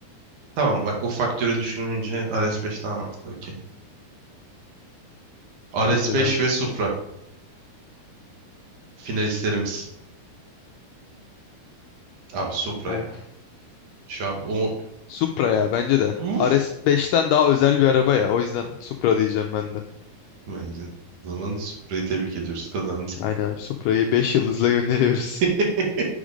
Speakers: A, on the right; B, on the left.
A: tamam bak o faktörü düşününce RS5 daha mantıklı. Okey. RS5
B: Bence de abi.
A: ve Supra finalistlerimiz. Abi Supra
B: Oo.
A: ya. Şu an o
B: Supra ya bence de.
A: <laughs>
B: RS beşten daha özel bir araba ya. O yüzden Supra diyeceğim ben de.
A: bence. O zaman Supra'yı tebrik ediyoruz kazandı.
B: Aynen abi, Supra'yı 5 yıldızla gönderiyoruz.
A: <laughs>